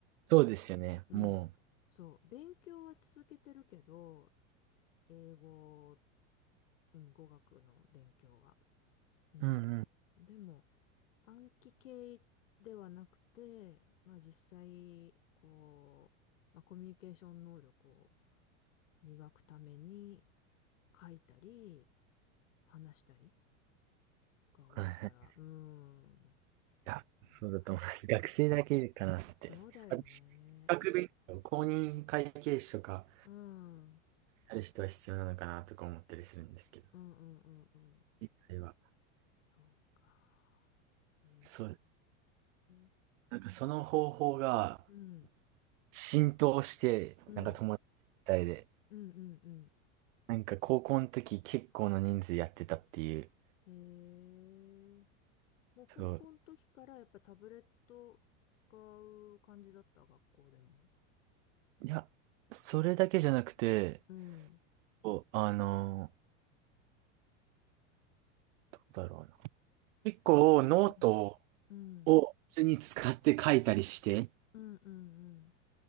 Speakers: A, on the right; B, on the left.
A: そうですよね。
B: うん。
A: も
B: そう、勉強は続けてるけど、英語、うん、語学の勉強は。うん。
A: う、うんうん。
B: でも、暗記系ではなくて、まあ実際、こう、まあ、コミュニケーション能力を磨くために書いたり、話したりが多いから、
A: はいはい。い
B: うん。
A: や、
B: いや、
A: そうだと思います。学生だけかなって。
B: そうだよね。
A: あと資格勉強、公認会計士とか、
B: うん。うん
A: ある人は必要なのかなとか思ったりするんですけど、
B: うんうんうん。
A: 一回は。
B: そうか。え
A: そう、
B: え
A: なんかその方法が
B: うん。
A: 浸透して、
B: うん。
A: なんか友達みたいで、
B: うんうん
A: なんか高校の時結構な人数やってたっていう。
B: うん。ええもう高校の時からやっぱタブレット使う感じだった、
A: そう。
B: 学校でも。
A: いや、それだけじゃなくて、
B: うん。
A: こうあの、どうだろうな。結構ノート
B: うん。うん。
A: を普通に使って書いたりして
B: うんうんうん。